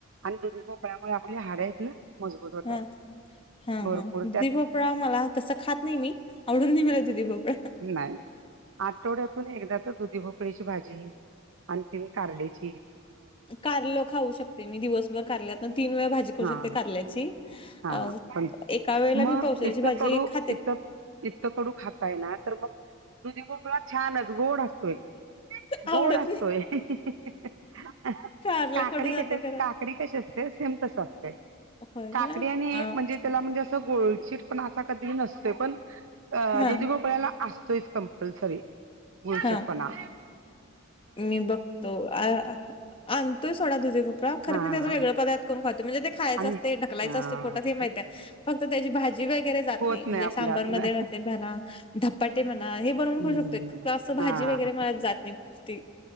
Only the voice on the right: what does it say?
आणि दुधी भोपळ्या मुळे आपली हाडे आहेत ना मजबूत होतात.
भरपूर
त्यात
नाय आठवड्यातून एकदा तर दुधी भोपळीची भाजी आणखी कारलीची
हां
हां
पण
मग
इतकं
कडू
इतकं इतकं कडू खातातय ना तर मग, दुधी भोपळा छानच गोड असतोय गोड
असतोय.
ह हे हे हं
काकडी
कशी
काकडी कशी असते सेम तसं असतय.
काकडी
आणि
म्हणजे त्याला म्हणजे असं गोळचीट पणा असं कधी नसतोय पण अ
दुधी, भोपळ्याला असतोयच कंपल्सरी गुळचिट
पणा.
हा
आणि
हा
होत
आपल्या
हातनं.
हम्म.
हा
हा